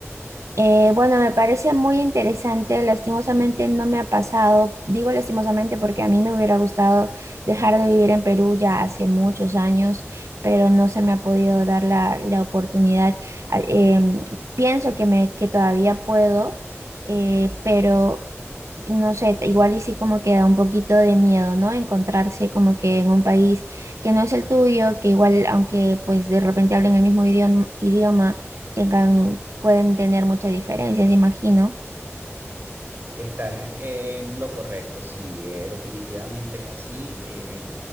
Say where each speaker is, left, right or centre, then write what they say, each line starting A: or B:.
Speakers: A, on the right; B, on the right.
A: Eh, bueno, me parece muy interesante. Lastimosamente no me ha pasado. Digo lastimosamente porque a mí me hubiera gustado dejar de vivir en Perú ya hace muchos años, pero no se me ha podido dar la, la oportunidad. Ah, em, pienso que me, que todavía puedo eh, pero no sé, te- igual y sí como que da un poquito de miedo, ¿no? Encontrarse como que en un país que no es el tuyo, que igual aunque pues de repente hablen el mismo idioma, idioma tengan, pueden tener muchas diferencias, imagino.
B: Estás en lo correcto, sí, eh, definitivamente es así. eh,